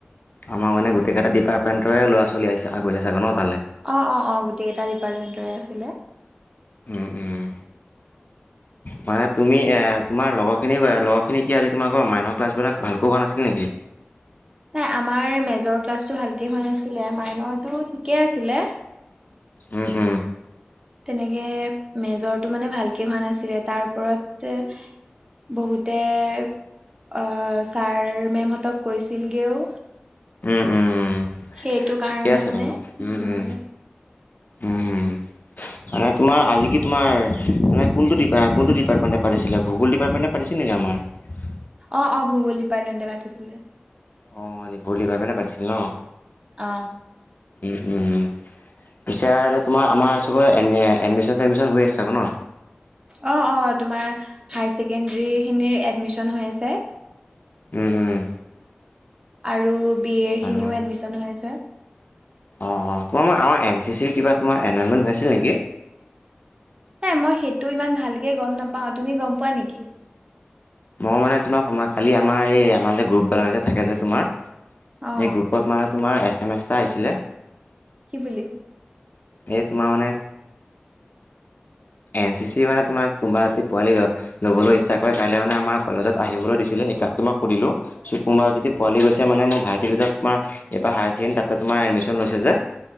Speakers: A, on the left; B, on the right.
A: আমাৰ মানে গোটেইটা ডিপাৰ্টেণ্টৰে ল'ৰা ছোৱালী আগ়িছে ছাগানত
B: অ, অ, অ, গোটেইকেইটা ডিপাৰ্টমেণ্টৰে আছিলে।
A: উম, উম,
B: <inaudible>
A: মানে তুমি এ তোমাৰ লগৰ খিনি লগৰ খিনি কি আজি তোমাকৰ মাইনৰ ক্লাছ বিলাক ভালকৈ হোৱা নাছিল নেকি?
B: <inaudible> নাই আমাৰ মেজৰ ক্লাছটো ভালকে হোৱা নাছিলে মাইনৰটো ঠিকে আছিলে।
A: উম, উম,
B: তেনেকে মেজৰটো মানে ভালকে হোৱা নাছিলে তাৰ ওপৰত বহুতে ছাৰ মেমহঁতক কৈছিলগৈও
A: উম, উম, উম,
B: সেইটো কাৰণে
A: ঠিকে আছে
B: মানে
A: বাৰু উম
B: নহলে
A: উম উম মানে তোমাৰ আজি কি তোমাৰ মানে কোনটো ডিাৰ কোনটো ডিপাৰ্টমণ্ট পাতিছিল ভগল ডিপাৰটেণ্টে পাতিছিল নেকি আমাৰ
B: অ অ ভূগোল ডিপাৰ্টমেণ্টে পাতিছিলে।
A: অ ভূগোল ডিপাৰ্টমেণ্টে পাতিছিলে ন।
B: অ।
A: উম উম উম পিছে তোমাৰ আমাৰ চবডম এডমিশ্যন চেডমিশ্যন হৈ আছে আক ন
B: অ অ তোমাৰ হাইছেকেণ্ডি খিনি এডমিছন হৈ আছে।
A: উম উম
B: আৰু বি এৰ
A: আৰু
B: খিনিও এডমিশন হৈ আছে।
A: অ অ তোমাৰ আমাৰ এন চি চিৰ কিবা তোমাৰ এনৰলমেন হৈ আছিল নেকি?
B: এ মই সেইটো ইমান ভালকে গম নাপাও। তুমি গম পোৱা নেকি?
A: মই মানে তোমাৰ সময় কালি আমাৰ এই আমাৰ যে গ্ৰুপবেলাক যে থাকে যে তোমাৰ
B: অ
A: এই গ্ৰুপত মানে তোমাৰ এছ এম এছ এটা আহিছিলে
B: কি বুলি?
A: সে তোমাৰ মানে এন চি চি মানে তোমাৰ কোনোবা ৰাতি পোৱালি লবলৈ ইচ্ছা কৰে কাইলৈ মানে আমাৰ কলেজত আহিবলৈ দিছিলে সেইকাৰনে তোমাক সুধিলো চ কোনোবা যদি পোৱালি গৈছে মানে মোৰ ভাইটিদুটা তোমাৰ এইবাৰ হায়াৰ ছেকেণ্ডেৰী তাতে তোমাৰ এডমিশ্যন লৈছে যে